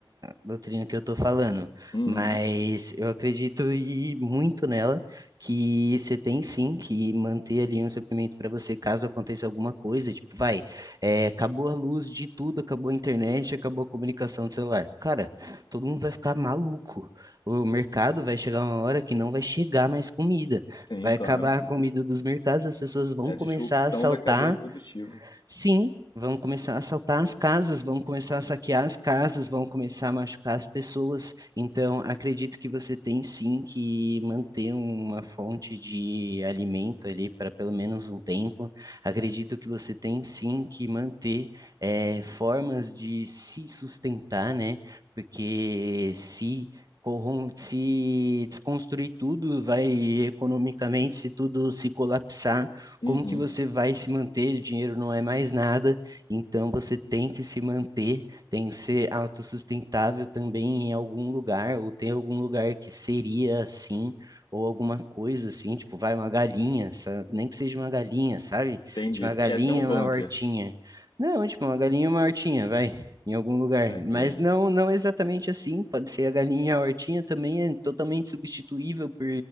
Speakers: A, on the right; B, on the left.
A: doutrina que eu tô falando,
B: uhum.
A: mas eu acredito e muito nela que você tem sim que manter ali um suprimento para você caso aconteça alguma coisa, tipo, vai, é, acabou a luz de tudo, acabou a internet, acabou a comunicação do celular. Cara, todo mundo vai ficar maluco. O mercado vai chegar uma hora que não vai chegar mais comida.
B: Sim,
A: Vai
B: claro.
A: acabar a comida dos mercados, as pessoas vão
B: É a disrupção
A: começar a assaltar
B: da cadeia produtiva.
A: Sim, vão começar a assaltar as casas, vão começar a saquear as casas, vão começar a machucar as pessoas. Então, acredito que você tem sim que manter uma fonte de alimento ali para pelo menos um tempo. Acredito que você tem sim que manter eh, formas de se sustentar, né? Porque se corrom- se desconstruir tudo, vai economicamente, se tudo se colapsar
B: Uhum.
A: como que você vai se manter? O dinheiro não é mais nada, então você tem que se manter, tem que ser autossustentável também em algum lugar, ou tem algum lugar que seria assim, ou alguma coisa assim, tipo, vai uma galinha, sa- nem que seja uma galinha, sabe?
B: Entendi.
A: Tipo, uma
B: Tu
A: galinha,
B: quer ter um bunker.
A: uma hortinha. Não, tipo, uma galinha e uma hortinha, vai, em algum lugar.
B: Saquei.
A: Mas não, não exatamente assim. Pode ser a galinha, e a hortinha também é totalmente substituível por